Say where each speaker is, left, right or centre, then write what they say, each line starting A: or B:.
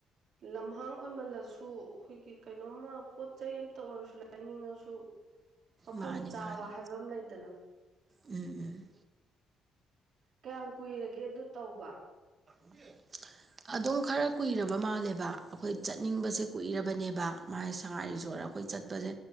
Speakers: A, on the right; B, on the right.
A: ꯎ ꯂꯝꯍꯥꯡ ꯑꯣꯏꯃꯜꯂꯁꯨ ꯑꯩꯈꯣꯏꯒꯤ ꯀꯩꯅꯣꯝꯃ ꯄꯣꯠ ꯆꯩ ꯑꯝꯇ ꯑꯣꯏꯔꯁꯨ ꯂꯩꯅꯤꯡꯉꯁꯨ ꯃꯐꯝ
B: ꯃꯥꯅꯦ
A: ꯆꯥꯕ
B: ꯃꯥꯅꯦ
A: ꯍꯥꯏꯕ ꯑꯃ ꯂꯩꯗꯅ
B: ꯎꯝ ꯎꯝ
A: ꯀꯌꯥꯝ ꯀꯨꯏꯔꯒꯦ ꯑꯗꯨ ꯇꯧꯕ
B: <inaudible> ꯑꯗꯨꯝ ꯈꯔ ꯀꯨꯏꯔꯕ ꯃꯥꯜꯂꯦꯕ ꯑꯩꯈꯣꯏ ꯆꯠꯅꯤꯡꯕꯁꯦ ꯀꯨꯏꯔꯕꯅꯦꯕ ꯃꯥꯥꯏ ꯁꯉꯥꯏ
A: ꯎꯝ
B: ꯔꯤꯖꯣꯔꯠ ꯑꯩꯈꯣꯏ ꯆꯠꯄꯁꯦ